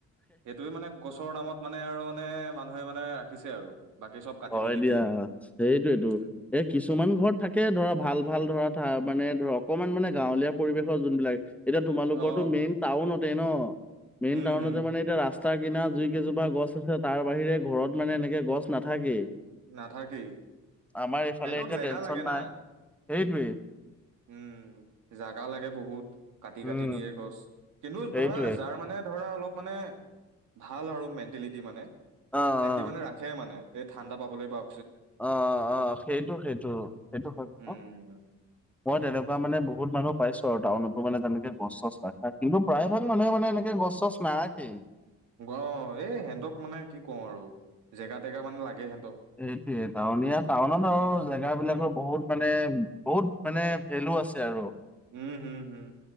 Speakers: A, on the right; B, in the centre.
A: সেইটোৱে মানে গছৰ নামত মানে আৰু মানে মানুহে মানে ৰাখিছে আৰু বাকী চব কাটি
B: হয়
A: মেলি
B: দিয়া
A: দিয়ে
B: সেইটোৱেতো
A: উম
B: এই কিছুমান ঘৰত থাক- কে ধৰা ভাল ভাল ধৰা মানে ধৰা অকমান মানে গাঁৱলীয়া পৰিৱেশ। যোনবিলাক এতিয়া তোমালোকৰটো
A: অ অ
B: মেইন টাউনতে ন। মেইন
A: উম
B: টাউনতে
A: হম
B: মানে এতিয়া ৰাস্তা কিনা জুই কেইজোপা গছ আছে তাৰ বাহিৰে ঘৰত মানে এনেকে গছ নাথাকেই
A: নাথাকেই
B: আমাৰ ইফালে
A: সিহঁতক
B: এতিয়া
A: জেগা
B: টেনচন
A: লাগে
B: নাই
A: না
B: সেইটোৱেই
A: উম জাগা লাগে বহুত কাটি
B: উম
A: কাটি দিয়ে গছ কিন্তু
B: সেইটোৱে
A: ধৰা যাৰ মানে ধৰা অলপ মানে ভাল আৰু মেণ্টেলিটি মানে
B: অ অ
A: হেতি মানে ৰাখে মানে এই ঠাণ্ডা পাবলৈ ব
B: অ অ সেইটো সেইটো সেইটো হয় বাৰু
A: উম
B: মই তেনেকুৱা বহু মানুহ পাইছো আৰু টাউনটো মানে গছ চছ ৰখাৰ কিন্তু প্ৰায় ভাগ মানুহে মানে এনেকে গছ চছ নাৰাখেই
A: অ এই সিহঁতক মানে কি কওঁ আৰু জেগা টেগা মানে লাগে হেত
B: সেইটোয়ে টাউনীয়া টাউনত আৰু জেগা বিলাকৰ বহুত মানে বহুত মানে ভেলু আছে আৰু
A: উম, হম, হম,